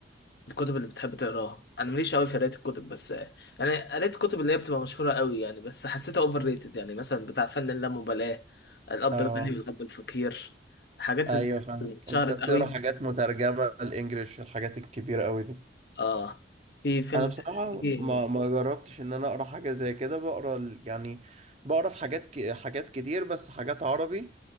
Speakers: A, on the left (about 60°); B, on the right (about 35°).
A: الكتب اللي بتحب تقراها انا ماليش قوي في قرايه الكتب بس آه، يعني قريت الكتب اللي هي بتبقى مشهوره قوي يعني بس حسيتها اوفر ريتد يعني مثلا بتاع فن اللامبالاه الاب
B: اه
A: الغني والاب الفقير حاجات
B: ايوه
A: ز-
B: فاهم
A: اتشهرت
B: انت بتقرا
A: قوي
B: حاجات مترجمة الانجليش الحاجات الكبيرة قوي دي
A: اه في فيلم
B: انا بصراحة
A: في-
B: ما ما جربتش ان انا اقرا حاجة زي كده بقرا ال- يعني بقرا في حاجات ك... حاجات كتير بس حاجات عربي